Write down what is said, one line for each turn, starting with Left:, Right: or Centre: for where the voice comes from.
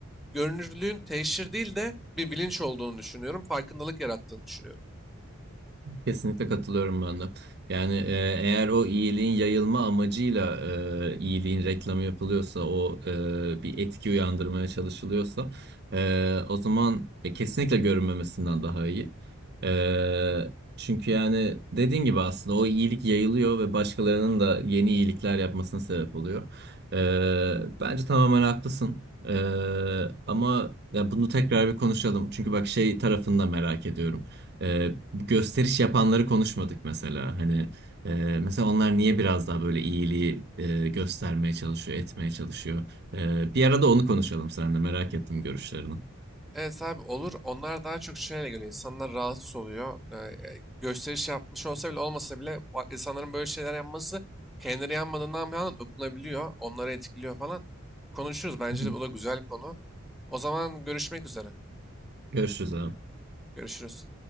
Centre: görünürlüğün teşhir değil de bir bilinç olduğunu düşünüyorum. Farkındalık yarattığını düşünüyorum.
Right: Kesinlikle katılıyorum ben de. Yani e, eğer o iyiliğin yayılma amacıyla e, iyiliğin reklamı yapılıyorsa, o e, bir etki uyandırmaya çalışılıyorsa, e, o zaman e, kesinlikle görünmemesinden daha iyi. E, çünkü yani dediğin gibi aslında o iyilik yayılıyor ve başkalarının da yeni iyilikler yapmasına sebep oluyor. E, bence tamamen haklısın. E, ama ya bunu tekrar bir konuşalım. Çünkü bak şey tarafını da merak ediyorum. E, gösteriş yapanları konuşmadık mesela. Hani e, mesela onlar niye biraz daha böyle iyiliği e, göstermeye çalışıyor, etmeye çalışıyor. E, bir arada onu konuşalım seninle. Merak ettim görüşlerini. Hı
Centre: Evet abi olur. Onlar daha çok şeyle göre insanlar rahatsız oluyor. Ee, gösteriş yapmış olsa bile olmasa bile bak- insanların böyle şeyler yapması kendileri yanmadığından bir anda dokunabiliyor. Onları etkiliyor falan. Konuşuruz. Bence
Right: hı.
Centre: de bu da güzel konu. O zaman görüşmek üzere.
Right: Görüşürüz abi.
Centre: Görüşürüz.